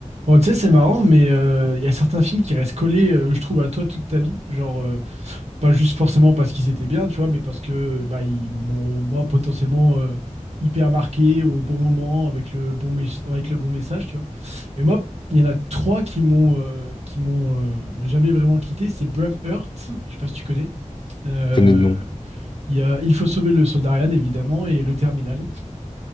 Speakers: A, on the right; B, on the left.
A: Bon, tu sais, c'est marrant, mais euh, il y a certains films qui restent collés, euh, je trouve, à toi toute ta vie. Genre, euh, pas juste forcément parce qu'ils étaient bien, tu vois, mais parce que bah, ils m'ont, moi, potentiellement euh, hyper marqué au bon moment, avec le bon, mes- avec le bon message, tu vois. Et moi, il y en a trois qui m'ont euh, qui m'ont euh, jamais vraiment quitté. C'est Braveheart, je sais pas si tu connais. Euh,
B: Je connais de nom.
A: Il y a Il faut sauver le soldat Ryan, évidemment, et Le Terminal.